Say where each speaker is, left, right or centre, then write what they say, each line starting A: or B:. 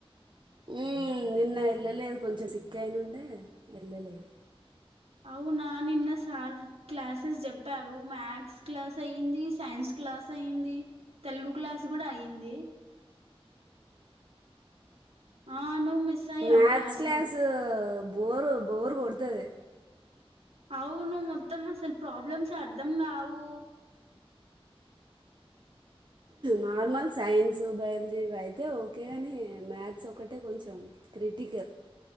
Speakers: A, on the right; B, on the right.
A: ఉమ్ నిన్న వెళ్ళలేదు కొంచెం సిక్క అయినుండే వెళ్ళలేదు
B: అవునా నిన్న సార్ క్లాసెస్ చెప్పారు మ్యాథ్స్ క్లాస్ అయ్యింది సైన్స్ క్లాస్ అయ్యింది తెలుగు క్లాస్ కూడా అయ్యింది ఆ నువ్వు మిస్ అయ్యావు
A: మ్యాథస్
B: క్లాస్లో
A: క్లాస్ బోర్ బోరు కొతది
B: అవును్వు మొత్తం అసలు ప్రాబ్లమ్స్ అర్ధం కావు
A: నార్మల్ సైన్స్ బయాలజీవి అయితే ఓకే కానీ మ్యాథ్స్ ఒకటే కొంచెం క్రిటికల్